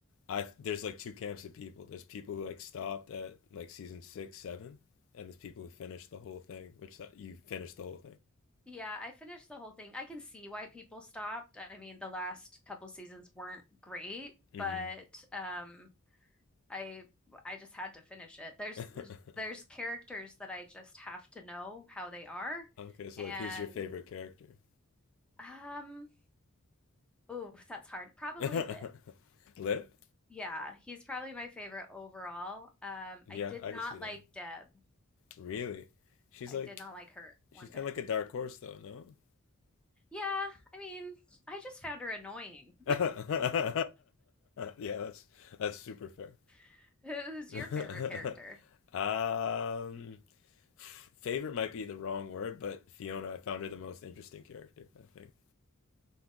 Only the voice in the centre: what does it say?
Yeah, I finished the whole thing. I can see why people stopped. I mean, the last couple seasons weren't great,
but um I I just had to finish it. There's
there's characters that I just have to know how they are,
and
um, oh, that's hard. Probably
Lip.
Yeah, he's probably my favorite overall. Um,
I did
not
like Deb.
I
did not like her one
bit.
Yeah, I mean, I just found her annoying.
<laughs> Who's
your favorite character?